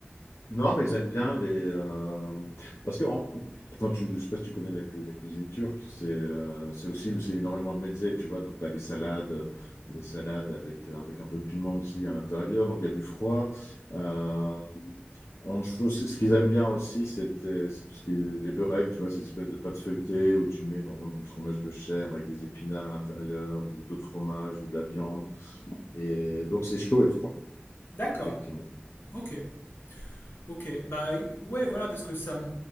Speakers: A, on the left; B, on the left.
A: Non, mais ils aiment bien les. euh, parce que, en- enfin, tu- je ne sais pas si tu connais la, cu- la cuisine turque, c'est euh, c'est aussi c'est énormément de mezze, tu vois. Donc, tu as les salades, les salades avec, avec un peu de piment aussi à l'intérieur, donc il y a du froid. Euh, en chose, c'est- ce qu'ils aiment bien aussi, c'était- c'est tout ce qui est les beureks, tu vois, ces espèces de pâtes feuilletées où tu mets, par exemple, du fromage de chèvre avec des épinards à l'intérieur, ou d'autres fromages, ou de la viande. Et donc, c'est chaud et froid,
B: D'accord.
A: effectivement.
B: Ok. Ok. Bah ouais, voilà, parce que ça, me-